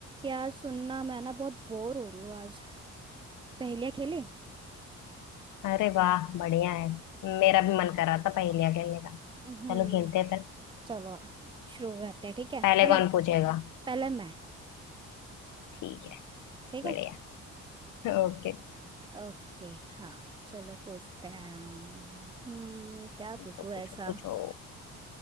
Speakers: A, on the right; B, on the left.
A: यार सुनना मैं ना बहुत बोर हो रही हूँ आज पहेलियाँ खेले
B: अरे वाह बढ़िया है मेरा भी मन कर रहा था पहेलियाँ खेलने का
A: हम्म
B: चलो खेलते हैं फिर
A: चलो शुरू करते हैं ठीक है
B: पहले
A: पहले
B: कौन पूछेगा
A: पहले मैं
B: ठीक है
A: ठीक
B: बढ़िया
A: है
B: ओके
A: ओके हाँ चलो पूछते हैं हम। हम्म क्या
B: पूछो
A: पूछूं
B: पूछो
A: ऐसा
B: पूछो